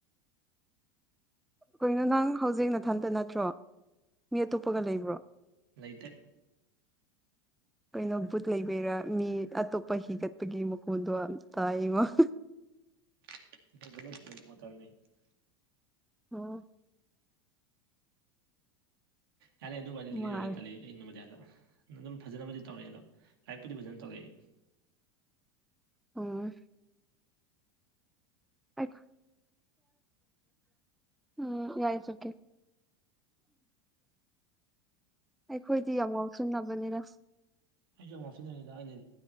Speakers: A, in the centre; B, on the right.
A: ꯀꯩꯅꫭ ꯅꯪ ꯍꯧꯖꯤꯛ ꯅꯊꯟꯇ ꯅꯠꯇ꯭ꯔꯣ ꯃꯤ ꯑꯇꯣꯞꯄꯒ ꯂꯩꯕ꯭ꯔꯣ <unintelligible>
B: ꯂꯩꯇꯦ
A: ꯀꯩꯅꯣ ꯕꯨꯠ ꯂꯩꯕꯩꯔꯥ ꯃꯤ ꯑꯇꯣꯞꯄ ꯍꯤꯒꯠꯄꯒꯤ ꯃꯈꯣꯟꯗꯣ ꯇꯥꯏꯌꯦꯉꫭ
B: <unintelligible>
A: ꯑꯣ
B: ꯌꯥꯔꯦ ꯑꯗꯨ ꯋꯥꯔꯤꯗꯤ
A: ꯃꯥꯜꯂꯦ
B: ꯂꯤꯔꯔꯣꯏ ꯇꯜꯂꯤ ꯑꯩ ꯅꯣꯕꯣꯗꯤꯌꯥꯗ ꯑꯗꯨꯝ ꯐꯖꯅꯕꯨꯗꯤ ꯇꯧꯔꯛꯑꯦ ꯑꯗꯣ ꯂꯥꯏꯔꯤꯛꯄꯨꯗꯤ ꯐꯖꯅ ꯇꯧꯔꯛꯑꯦ
A: ꯑꯣ ꯑꯩꯈꯣ ꯎꯝ ꯌꯥꯏ ꯆꯠꯀꯦ ꯑꯩꯈꯣꯏꯗꯤ ꯌꯥꯝ ꯉꯥꯎꯁꯟꯅꯕꯅꯤꯅꯗ
B: ꯑꯩꯁꯨ ꯌꯥꯝ ꯉꯥꯎꯁꯤꯟꯅꯔꯛꯏꯗ ꯑꯩꯅ